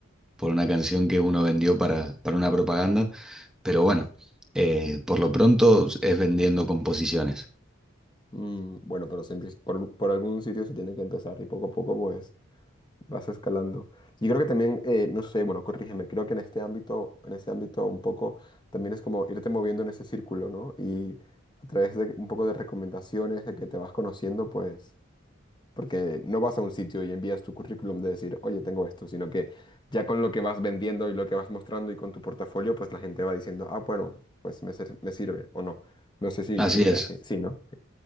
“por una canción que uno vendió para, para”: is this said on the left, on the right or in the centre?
Centre